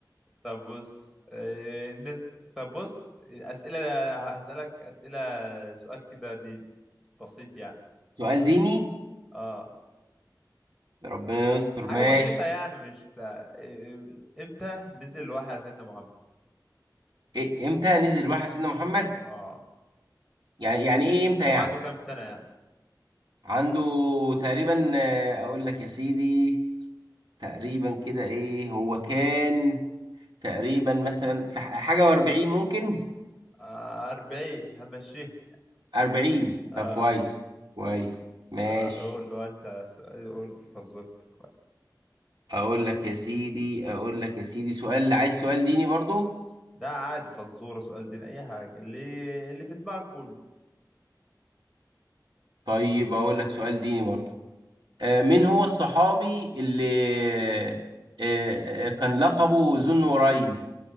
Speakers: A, in the centre; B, on the right (about 85°).
A: طب بص آه، نس... طب بص أسئلة هسألك أسئلة سؤال كده دي بسيط يعني
B: سؤال ديني
A: اه
B: ربنا يستر
A: حاجة
B: ماشي
A: بسيطة يعني مش تا... إيه- امتى نزل الوحي على سيدنا محمد
B: إيه امتى نزل الوحي على سيدنا محمد
A: اه
B: يعني يعني ايه امتى
A: هو
B: يعني
A: عنده كام سنة يعني
B: عنده تقريبا آه، اقول لك يا سيدي تقريبا كده ايه هو كان تقريبا مثلا في ح- حاجة و40 ممكن
A: آه، أربعين همشيه
B: 40
A: اه
B: طب كويس كويس ماشي
A: أرا- قول له انت سؤال قول فزورتك بقى.
B: اقول لك يا سيدي اقول لك يا سيدي سؤال عايز سؤال ديني برضو
A: لا عادي فزورة سؤال دين أي حاجة اللي اللي في دماغك قول
B: طيب اقول لك سؤال ديني برضو آه، مين هو الصحابي اللي آه، آه، آه، كان لقبه ذو النورين